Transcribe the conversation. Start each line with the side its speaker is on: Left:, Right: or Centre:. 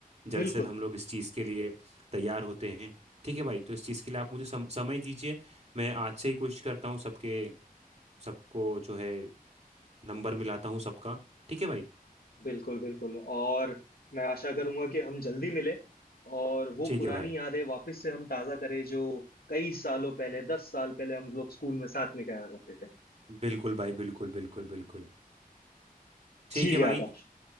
Right: जल्द
Left: बिल्कुल
Right: से जल्द हम लोग इस चीज़ के लिए तैयार होते हैं ठीक है भाई तो इस चीज़ के लिए आप मुझे सम, समय दीजिए मैं आज से ही कोशिश करता हूँ सबके सबको जो है नंबर मिलाता हूँ सबका ठीक है भाई
Left: बिल्कुल बिल्कुल और मैं आशा करूंगा कि हम जल्दी मिले और वो
Right: ठीक
Left: पुरानी
Right: है भाई
Left: यादें वापस से हम ताजा करें जो कई सालों पहले दस साल पहले हम लोग स्कूल में साथ में क्या करते थे
Right: बिल्कुल भाई बिल्कुल बिल्कुल बिल्कुल ठीक
Left: ठीक
Right: है
Left: है
Right: भाई
Left: आकाश